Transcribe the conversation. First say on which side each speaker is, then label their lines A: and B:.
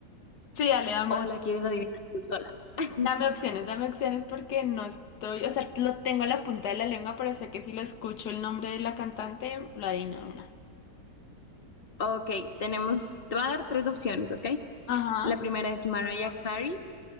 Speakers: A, on the left (about 85°); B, on the left (about 35°).
A: Sí, dale, dame,
B: o la quieres adivinar tú sola? <laughs>
A: dame opciones, dame opciones porque no estoy, o sea, lo tengo a la punta de la lengua, pero sé que si lo escucho el nombre de la cantante, lo adivino de una.
B: Ok, tenemos, te voy a dar tres opciones, ¿ok?
A: Ajá.
B: La primera es Mariah Carey,